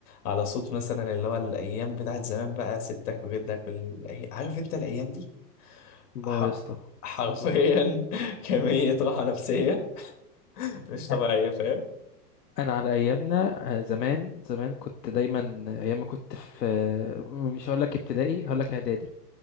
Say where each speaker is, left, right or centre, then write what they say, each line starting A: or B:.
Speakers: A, on the left; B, on the left.
A: على صوت مثلا اللي هو الايام بتاعت زمان بقى ستك وجدك والأي... عارف انت الايام دي
B: الله
A: حر-
B: يا اسطى
A: حرفيا
B: الله
A: <laughs> كمية راحة نفسية مش طبيعية
B: انا
A: فاهم
B: أنا على ايامنا آه، زمان زمان كنت دايما آه، ايام ما كنت في آه، مش هقول لك ابتدائي هقول لك اعدادي